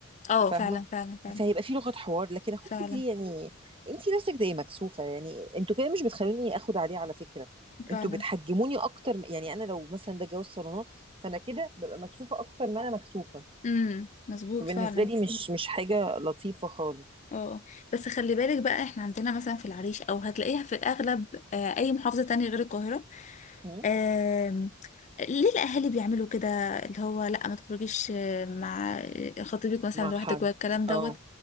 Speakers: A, on the left; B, on the right.
A: اه
B: فاهمه
A: فعلا فعلا فعلا
B: فهيبقى في لغه حوار لكن اخوكي
A: فعلا
B: دي يعني انتي نفسك زي مكسوفه يعني انتوا كده مش بتخلوني اخد عليه على فكره
A: فعلا
B: انتوا بتحجموني اكتر م- يعني انا لو مثلا ده جواز صالونات فانا كده ببقى مكسوفه اكتر ما انا مكسوفه
A: امم مظبوط
B: فبالنسبه
A: فعلا
B: لي مش مش حاجه لطيفه خالص
A: اه بس خلي بالك بقى احنا عندنا مثلا في العريش او هتلاقيها في الاغلب آه اي محافظه تانية غير القاهره
B: م?
A: آم، ليه الاهالي بيعملوا كده اللي هو لا ما تخرجيش آه، مع خطيبك مثلا
B: مع
A: لوحدك
B: حد
A: والكلام دوت
B: اه